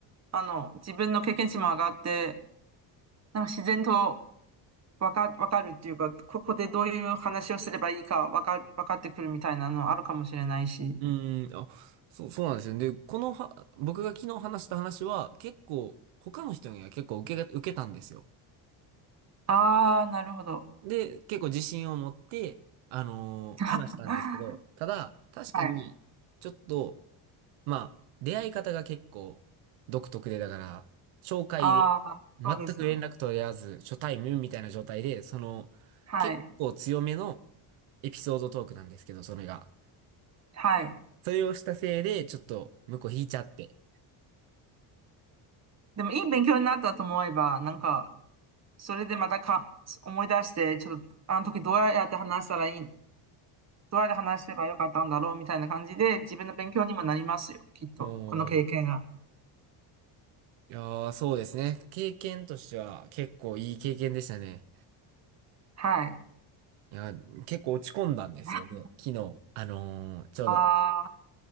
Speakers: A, on the right; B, on the right.
A: あの、自分の経験値も上がって、なんか自然とわか、わかるっていうか、ここでどういう話をすればいいかわか、わかってくるみたいなのあるかもしれないし。
B: ーん、あ、そう、そうなんですよねで、このは、僕が昨日話した話は、結構、他の人には結構受けが、受けたんですよ。
A: ああ、なるほど。
B: で、結構自信を持って、あのー話したんですけど、
A: <laughs> は
B: ただ、確かに、
A: い。
B: ちょっと、まあ、出会い方が結構、独特で、だから、紹介で、
A: ああ、
B: 全く連絡取り合わず、
A: そうですね。
B: 初対面みたいな状態で、その、
A: はい。
B: 結構強めのエピソードトークなんですけど、それが。
A: はい。
B: それをしたせいで、ちょっと向こう引いちゃって。
A: でもいい勉強になったと思えば、なんか、それでまたか、思い出して、ちょっと、あの時どうやって話したらいい、どうやって話せばよかったんだろうみたいな感じで、自分の勉強にもなりますよ、きっと。
B: う
A: この経験が。
B: ん。いやー、そうですね。経験としては結構いい経験でしたね。
A: はい。
B: いや、結構落ち込んだんですよね。
A: <laughs>
B: 昨日、あのーちょうど。
A: ああ、